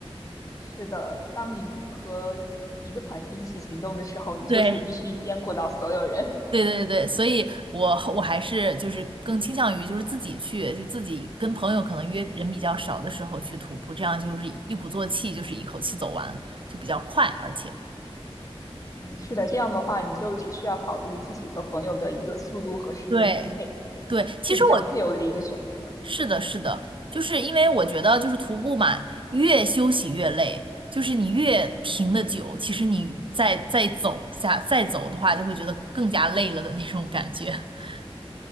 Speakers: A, on the left; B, on the right.
A: 是的，当你和一个团体一起行动的时候，你就是必须兼顾到所有人。
B: 对，对对对，所以我我还是就是更倾向于就是自己去，就自己跟朋友可能约人比较少的时候去徒步，这样就是一鼓作气，就是一口气走完，就比较快，而且
A: 嗯，是的，这样的话，你就只需要考虑自己和朋友的一个速度和时间分配，
B: 对对，其实我
A: 是比较自由的一个选择。
B: 是的是的，
A: 嗯
B: 就是因为我觉得就是徒步嘛，越休息越累，就是你越停的久，其实你再再走下再走的话，就会觉得更加累了的那种感觉。<laughs>